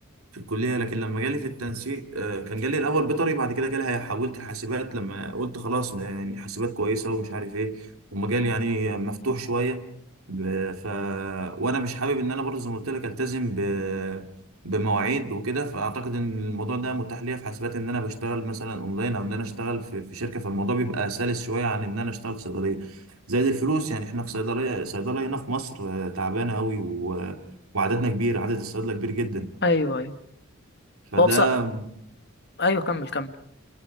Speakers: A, on the right; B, on the left.
A: في الكلية لكن لما جالي في التنسيق آه، كان جالي الأول بيطري بعد كده جالي حولت حاسبات لما قلت خلاص يعني حاسبات كويسة ومش عارف إيه ومجال يعني مفتوح شوية ب- ف وأنا مش حابب إن أنا برضه زي ما قلت لك ألتزم ب... بمواعيد وكده فأعتقد إن الموضوع ده متاح ليا في حاسبات إن أنا بشتغل مثلا أونلاين أو إن أنا أشتغل في, في شركة فالموضوع بيبقى سلس شوية عن إن أنا أشتغل في صيدلية زائد الفلوس يعني إحنا في صيدلية صيدلية هنا في مصر آه، تعبانة أوي و... وعددنا كبير عدد الصيادلة كبير جدا
B: ايوه ايوه
A: فده
B: هو بص ايوه كمل كمل